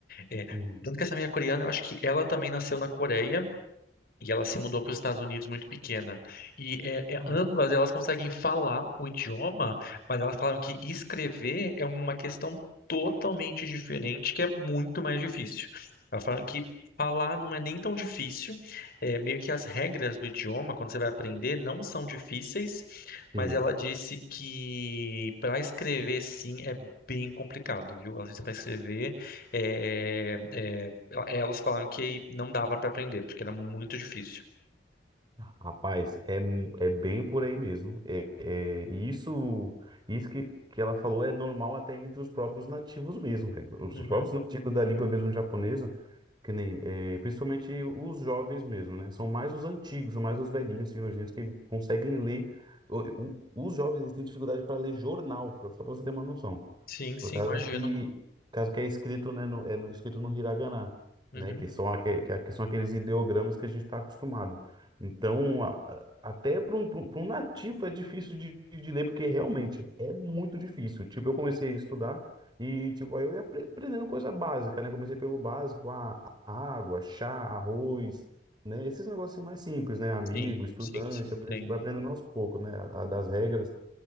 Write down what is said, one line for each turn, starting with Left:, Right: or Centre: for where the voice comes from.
Left: É,
Right: uhum.
Left: tanto que essa minha coreana, eu acho que ela também nasceu na Coreia, e ela se mudou para os Estados Unidos muito pequena. E é,
Right: Caraca.
Left: é- ambas elas conseguem falar o idioma, mas elas falaram que escrever é uma questão totalmente diferente, que é muito mais difícil. Elas falaram que falar não é nem tão difícil, é, meio que as regras do idioma, quando você vai aprender, não são difíceis, mas
Right: Sim.
Left: ela disse que para escrever, sim, é bem complicado, viu? Ela disse para escrever é, é, elas falaram que não dava pra aprender, porque era muito difícil.
Right: Rapaz, é, mu- é bem por aí mesmo. É, é- e isso, isso que, que ela falou é normal até entre os próprios nativos mesmo, velho. Os
Left: Uhum.
Right: próprios nativos da língua mesmo japonesa, que nem, é, principalmente os jovens mesmo, né? São mais os antigos, são mais os velhinhos, senhorzinhos que conseguem ler. O- o- Os jovens eles têm dificuldade para ler jornal, pra- só para você ter uma noção.
Left: Sim, sim,
Right: Por causa
Left: imagino.
Right: que, por causa que é escrito, né, no, é no- escrito no Hiragana,
Left: Uhum.
Right: né, que são, aque- que, que são aqueles ideogramas que a gente está acostumado. Então, a- a- até para um, pra um pra um nativo é difícil de, de ler, porque realmente é muito difícil. Tipo, eu comecei a estudar e, tipo, aí eu ia apre- aprendendo coisa básica, né? Comecei pelo básico, a a água, chá, arroz, né? Esses negócios assim mais simples, né? Amigo,
Left: Sim,
Right: estudante,
Left: sim, sim,
Right: aprende,
Left: entendo.
Right: vai aprendendo aos poucos, né? A, a das regras